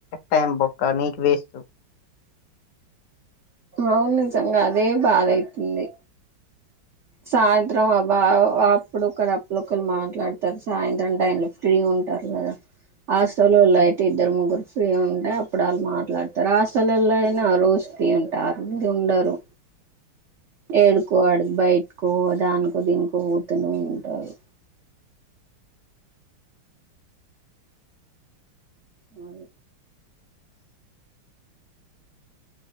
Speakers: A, on the left; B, on the right.
A: టైం బొక్క నీక్ వేస్టు
B: ఔన్ నిజంగ అదే బాదైతుంది సాయంత్రం అబ్బా అప్పుడోకర్ అప్పుడోకల్ మాట్లాడ్తర్ సాయంత్రం టైన్లో ఫ్రీ ఉన్ ఉంటారు గద ఆస్టల్లోలైతే
A: హ్మ్.
B: ఇద్దర్ ముగ్గురు ఫ్రీ ఉంటె అప్పుడళ్ళ్ మాట్లాడ్తర్ ఆస్టల్లోలైనా రోజ్ ఫ్రీ ఉంటారు ఇగ ఉండరు ఏడికో ఆడిక్ బైట్కో దాన్కో దీన్కో పోతనే ఉంటారు ఔను